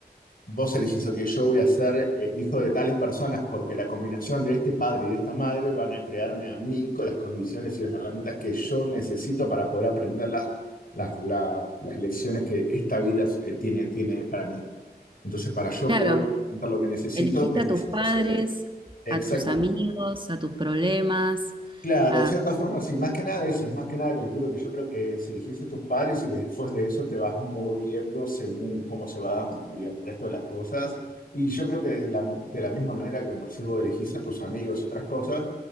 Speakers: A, on the left; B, on the right.
A: Vos elegís, ok, yo voy a ser eh, hijo de tales personas porque la combinación de este padre y de esta madre van a crearme a mí con las condiciones y las herramientas que yo necesito para poder aprender las, las, las- las lecciones que esta vida eh, tiene, tiene para mí. Entonces, para yo
B: Claro,
A: poder intentar lo que necesito,
B: Elegiste
A: necesito
B: a tus padres,
A: ser exactamente.
B: a tus amigos, a tus problemas,
A: Claro,
B: a...
A: de cierta forma, sí, más que nada eso, es más que nada calculo que yo creo que se elegiste a tus padres y después de eso te vas moviendo según cómo se va dando y el resto de las cosas. Y yo creo que de la, de la misma manera que como decís vos elegís a tus amigos y otras cosas,